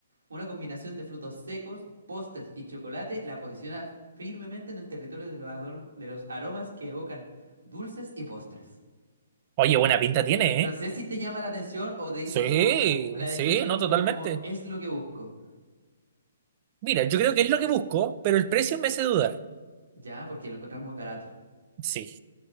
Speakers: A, on the right; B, on the right.
A: Una combinación de frutos secos, postres y chocolate la posiciona firmemente en el territorio de los, adorm- de los aromas que evocan dulces y postres.
B: Oye, buena pinta tiene,
A: No, no
B: ¿eh?
A: sé si te llama la atención o te dice
B: Sí,
A: como un- la descripción
B: sí, no,
A: un poco
B: totalmente.
A: como es lo que busco.
B: Mira, yo creo que es lo que busco, pero el precio me hace dudar.
A: Ya, porque lo encontramos muy barato.
B: Sí,